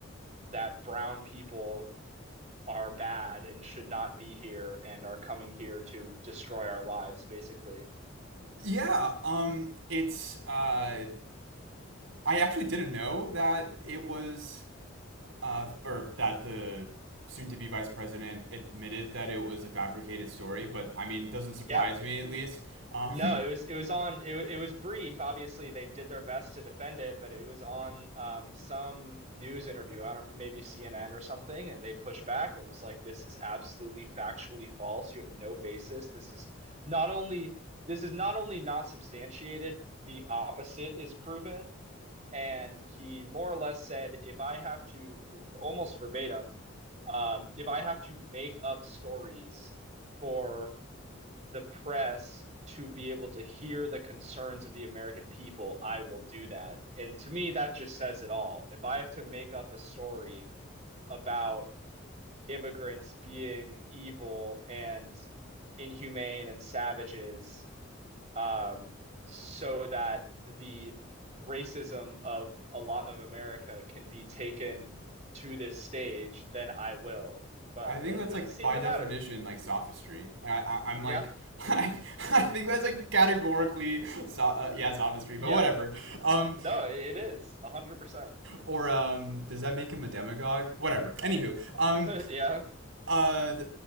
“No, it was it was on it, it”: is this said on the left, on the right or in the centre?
Right